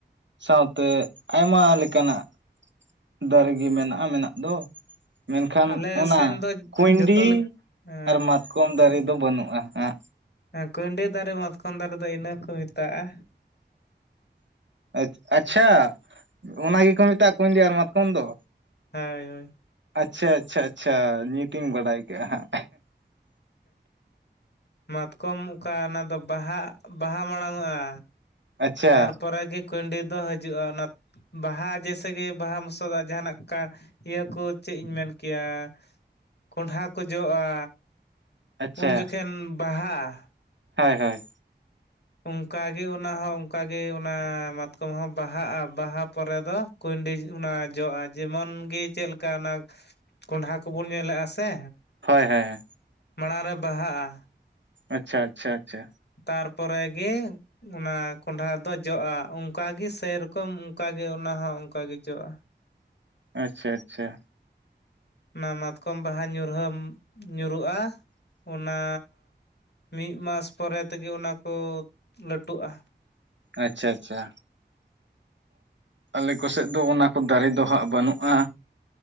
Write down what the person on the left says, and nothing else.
ᱟᱞᱮ
ᱥᱮᱱ ᱫᱚ
ᱡᱚᱛᱚ ᱞᱮᱠᱟ
ᱦᱮᱸ ᱠᱩᱭᱰᱤ ᱫᱟᱨᱮ ᱢᱟᱛᱠᱚᱱ ᱫᱟᱨᱮ ᱫᱚ ᱤᱱᱟᱹ ᱠᱚ ᱢᱮᱛᱟᱜᱼᱟ᱾
ᱦᱳᱭ, ᱦᱳᱭ
ᱢᱟᱛᱠᱚᱢ ᱚᱠᱟ ᱚᱱᱟ ᱫᱚ ᱵᱟᱦᱟ, ᱵᱟᱦᱟ ᱢᱟᱲᱟᱝ ᱚᱜᱼᱟ,
ᱛᱟᱨᱯᱚᱨᱮ ᱜᱤ ᱠᱩᱭᱰᱤ ᱫᱚ ᱦᱤᱡᱩᱜᱼᱟ ᱚᱱᱟ ᱵᱟᱦᱟ ᱡᱮᱭᱥᱮ ᱠᱤ ᱵᱟᱦᱟ ᱢᱚᱥᱚᱫ ᱡᱟᱦᱟᱱᱟᱜ ᱠᱟ ᱤᱭᱟᱹ ᱠᱩ ᱪᱮᱫ ᱤᱧ ᱢᱮᱱ ᱠᱮᱭᱟ ᱠᱚᱦᱰᱷᱟ ᱠᱚ ᱡᱚᱜᱼᱟ᱾
ᱩᱱ ᱡᱚᱠᱷᱮᱱ ᱵᱟᱦᱟᱼᱟ᱾
ᱚᱱᱠᱟᱜᱮ ᱚᱱᱟ ᱦᱚᱸ ᱚᱱᱠᱟᱜᱮ ᱚᱱᱟ, ᱢᱟᱛᱠᱚᱢ ᱦᱚᱸ ᱵᱟᱦᱟᱜᱼᱟ ᱵᱟᱦᱟ ᱯᱚᱨᱮ ᱫᱚ ᱠᱩᱭᱰᱤ ᱚᱱᱟ ᱡᱚᱜᱼᱟ ᱡᱮᱢᱚᱱ ᱜᱮ ᱪᱮᱫ ᱞᱮᱠᱟ ᱚᱱᱟ ᱠᱚᱸᱰᱷᱟ ᱠᱚᱵᱚᱱ ᱧᱮᱞᱮᱫᱼᱟ ᱥᱮ᱾
ᱢᱟᱲᱟᱝ ᱨᱮ ᱵᱟᱦᱟᱜᱼᱟ᱾
ᱛᱟᱨᱯᱚᱨᱮ ᱜᱮ ᱚᱱᱟ ᱠᱚᱸᱰᱟ ᱫᱚ ᱡᱚᱜᱼᱟ ᱚᱱᱠᱟᱜᱮ ᱥᱮᱨᱚᱠᱚᱢ ᱚᱱᱠᱟᱜᱮ ᱚᱱᱟ ᱦᱚᱸ ᱚᱱᱠᱟᱜᱮ ᱡᱚᱜᱼᱟ᱾
ᱚᱱᱟ ᱢᱟᱛᱠᱚᱢ ᱵᱟᱦᱟ ᱧᱩᱨᱦᱟᱹ ᱧᱩᱨᱩᱜᱼᱟ ᱚᱱᱟ ᱢᱤᱫ ᱢᱟᱥ ᱯᱚᱨᱮ ᱛᱮᱜᱮ ᱚᱱᱟ ᱠᱚ ᱞᱟᱹᱴᱩᱜᱼᱟ᱾